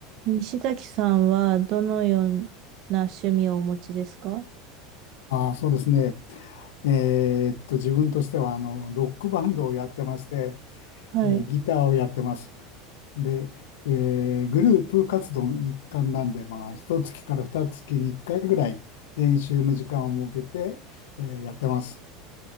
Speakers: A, on the right; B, on the left.
A: 西崎さんはどのような趣味をお持ちですか
B: ああ、そうですね。えーっと、自分としては、あの、ロックバンドをやってまして、
A: はい。
B: えーギターをやってます。で、えーグループ活動の一環なんで、まあ、一月から二月に一回ぐらい練習の時間を設けて、えーやってます。